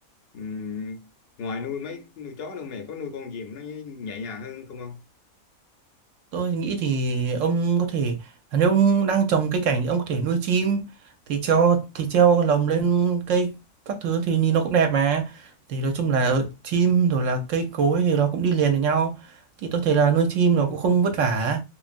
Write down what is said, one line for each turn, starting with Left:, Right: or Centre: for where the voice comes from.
Left: Ừm, ngoài nuôi mấy nuôi chó đâu mẹ có nuôi con gì mà nó nhẹ nhàng hơn không không
Right: Tôi nghĩ thì ông có thể à, nếu ông đang trồng cây cảnh thì ông có thể nuôi chim thì treo thì treo lồng lên cây các thứ thì nhìn nó cũng đẹp mà thì nói chung là chim rồi là cây cối thì nó cũng đi liền với nhau thì tôi thấy là nuôi chim nó cũng không vất vả